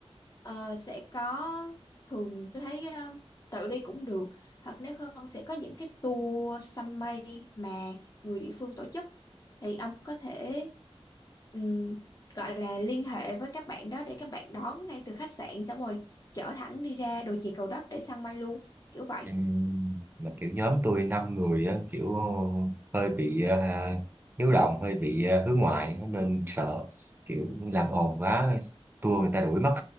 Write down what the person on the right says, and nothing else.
Ừ, mà kiểu nhóm tôi năm người á kiểu hơi bị à, hiếu động hơi bị à, hướng ngoại á, nên sợ kiểu làm ồn quá tua người ta đuổi mất